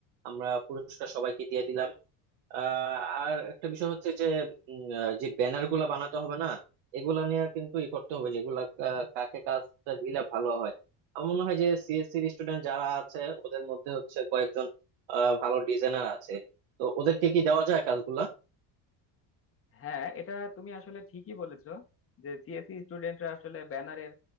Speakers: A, on the right; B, on the left.
A: আমরা পুরস্কার সবাইকে দিয়ে দিলাম আহ, আর একটা বিষয় হচ্ছে যে উম, আহ, যে ব্যানার গুলা বানাতে হবে না এগুলা নিয়ে কিন্তু ই করতে হবে যে এগুলা কা- কাকে কাজটা দিলে ভালো হয় আমার মনে হয় যে সিএসসি স্টুডেন্ট যারা আছে ওদের মধ্যে হচ্ছে কয়েকজন আহ, ভালো ডিজাইনার আছে তো ওদেরকে কি দেওয়া যায় কাজগুলা
B: হ্যাঁ এটা তুমি আসলে ঠিকই বলেছো যে সিএসসি স্টুডেন্টরা আসলে ব্যানারের